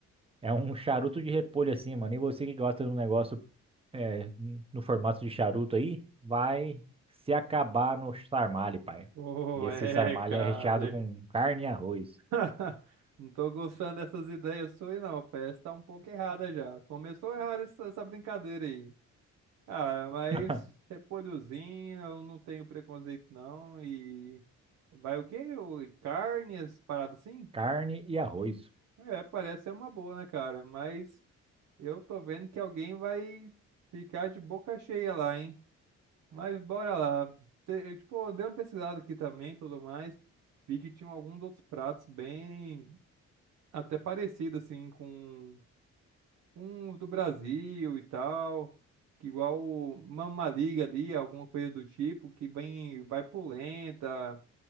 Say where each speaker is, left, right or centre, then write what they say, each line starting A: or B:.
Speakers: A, on the right; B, on the right.
A: É um charuto de repolho assim, mano. E você que gosta de um negócio é, no formato de charuto aí, vai se acabar no sarmale, pai.
B: Oh,
A: E esse
B: é,
A: sarmale
B: cara.
A: é recheado com carne e arroz.
B: <laughs> Não tô gostando dessas ideias suas, não. Parece que tá um pouco errada já. Começou errada essa essa brincadeira aí. Cara, mas
A: <laughs>
B: repolhozinho, eu não tenho preconceito não. E vai o quê? O- Carnes, parada assim?
A: Carne e arroz.
B: É, parece ser uma boa, né, cara? Mas eu tô vendo que alguém vai ficar de boca cheia lá, hein? Mas bora lá. Cê- Eu, tipo, eu dei uma pesquisada aqui também, tudo mais. Vi que tinham alguns outros pratos bem até parecidos, assim, com uns do Brasil e tal, que igual o Mamma Liga ali, alguma coisa do tipo, que bem vai por lenta